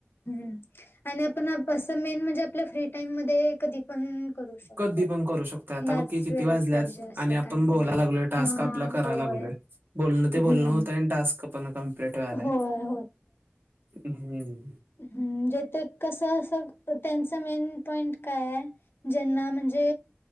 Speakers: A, on the left (about 60°); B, on the right (about 55°).
A: ह आणि आपण असं मेन म्हणजे आपल्या फ्री टाइम मध्ये कधी पण करू शकतोय.
B: कधी पण करू शकतोय आता
A: ह्याच
B: बघ क किती
A: वेळेत
B: वाजल्यात
A: पाहिजे असं
B: आणि आपण
A: काही
B: बोलायला
A: नाही
B: लागलोय टास्क
A: हा
B: आपला करायला
A: होय.
B: लागलोय बोलणं ते
A: हम्म
B: बोलण होतता आणि टास्कप क प्लेटलाय
A: होय
B: हम्म
A: हम्जे कसं असं त्यांचं मेन पॉईंट काय आहे ज्यांना म्हणजे